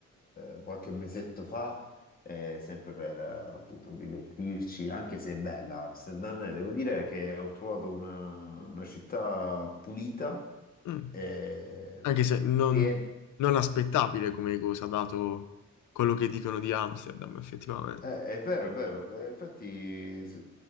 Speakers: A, on the left; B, on the left.
A: eh, qualche mesetto fa, eh, sempre per eh, appunto divertirci, anche se è bella Amsterdam, e devo dire che ho trovato una, una città pulita,
B: Mm.
A: e
B: Anche se non,
A: piena.
B: non aspettabile come cosa, dato quello che dicono di Amsterdam, effettivamente.
A: Eh, è vero, è vero, Eh, infatti s-